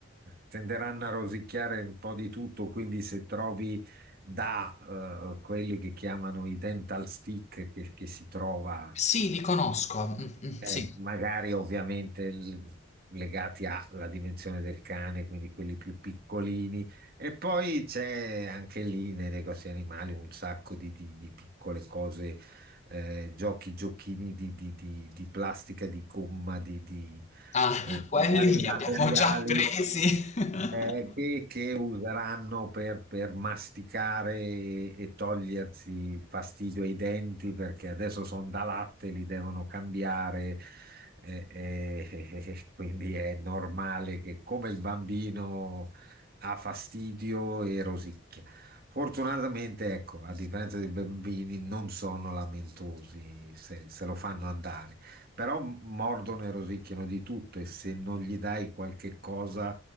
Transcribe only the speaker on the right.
tenderanno a rosicchiare un po' di tutto, quindi se trovi da eh, quelli che chiamano i dental stick che, che si trova,
eh,
magari ovviamente l- legati alla dimensione del cane, quindi quelli più piccolini, e poi c'è anche lì nei negozi animali un sacco di, di- di piccole cose eh, giochi, giochini di, di- di- di plastica, di gomma, di, di,
eh, di
vari
materiali
eh, che, che useranno per, per masticare e togliersi il fastidio ai denti perché adesso sono da latte, li devono cambiare. eh, eh, <laughs> quindi è normale che come il bambino ha fastidio e rosicchia. Fortunatamente, ecco, a differenza dei bambini, non sono lamentosi se, se lo fanno andare, però mordono e rosicchiano di tutto e se non gli dai qualche cosa